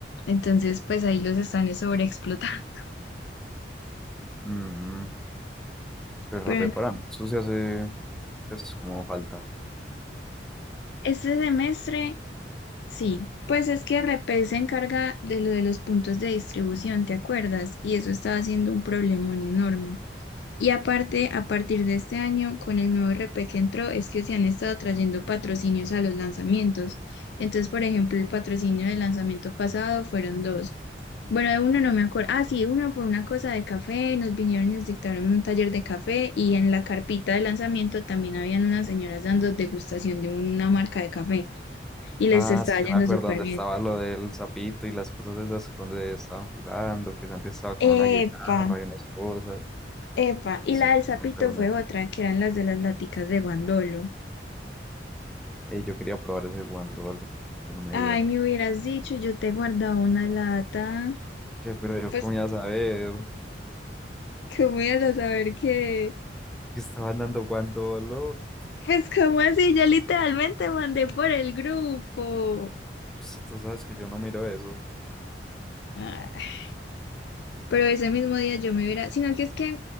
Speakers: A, on the left (about 70°); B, in the centre.
A: Entonces, pues ahí los están sobreexplotando.
B: Mm,
A: <laughs>
B: pero
A: Pero
B: el RP
A: no.
B: para Nexus ya hace, pues como falta.
A: Este semestre Sí, pues es que RP se encarga de lo de los puntos de distribución, ¿te acuerdas? Y eso estaba siendo un problemón enorme. Y aparte, a partir de este año, con el nuevo RP que entró, es que se han estado trayendo patrocinios a los lanzamientos. Entonces, por ejemplo, el patrocinio del lanzamiento pasado fueron dos. Bueno, de uno no me acuerdo. Ah, sí, uno fue una cosa de café, nos vinieron y nos dictaron un taller de café y en la carpita de lanzamiento también habían unas señoras dando degustación de una marca de café y les
B: Ah,
A: está
B: sí,
A: yendo
B: ya me acuerdo
A: súper
B: dónde
A: bien.
B: estaba lo del sapito y las cosas esas donde estaban jugando, que Santi estaba con
A: Epa,
B: una guitarra y unas cosas.
A: epa. Y
B: Sí, sí,
A: la del sapito
B: me acuerdo,
A: fue
B: me acuerdo.
A: otra, que eran las de las laticas de guandolo.
B: Eh, yo quería probar ese guandolo y no me
A: Ay,
B: dieron.
A: me hubieras dicho, yo te he guardado una lata.
B: Che, pero yo
A: Pues,
B: cómo iba a saber
A: ¿cómo ibas a saber qué?
B: que estaban dando guandolo.
A: Pues, ¿cómo así? Yo literalmente mandé por el grupo.
B: Si tú sabes que yo no miro eso.
A: Ah, Pero ese mismo día yo me hubiera... Sino que es que,